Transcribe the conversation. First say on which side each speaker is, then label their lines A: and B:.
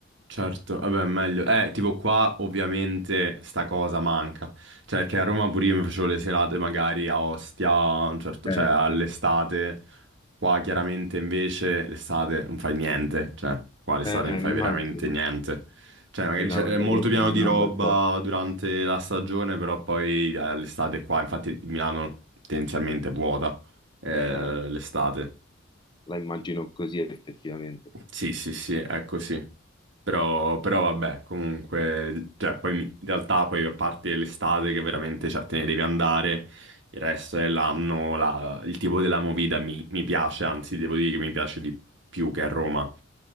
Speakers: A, on the right; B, on the left.
A: Certo, vabbè, meglio. Eh, tipo qua ovviamente sta cosa manca. Cioè, perché a Roma pure io mi facevo le serate magari a Ostia, a un certo-
B: Eh,
A: cioè all'estate.
B: sì.
A: Qua chiaramente invece l'estate non fai niente. Cioè, qua l'estate
B: Eh,
A: non fai
B: immagino,
A: veramente niente. Cioè, magari
B: Milano
A: c'è è
B: ad
A: molto
B: agosto
A: pieno
B: non
A: di roba
B: è un bel po',
A: durante la stagione, però poi eh, l'estate qua, infatti Milano tendenzialmente è vuota, eh,
B: eh,
A: l'estate.
B: la immagino così effettivamente.
A: Sì, sì, sì, è così. Però, però vabbè, comunque, cioè, poi in realtà poi a parte l'estate che veramente, cioè, te ne devi andare, il resto dell'anno la- il tipo della movida mi, mi piace, anzi devo dire che mi piace di più che a Roma,